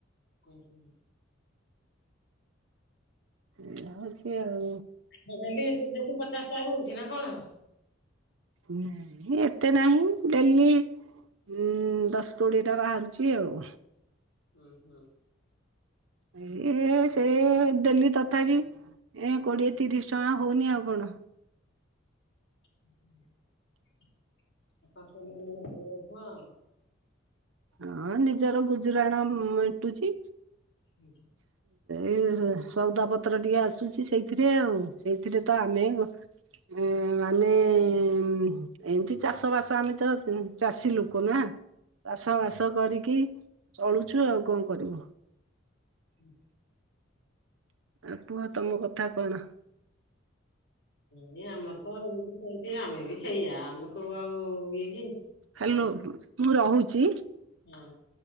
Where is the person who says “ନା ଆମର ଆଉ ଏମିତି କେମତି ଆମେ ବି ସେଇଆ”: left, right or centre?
Left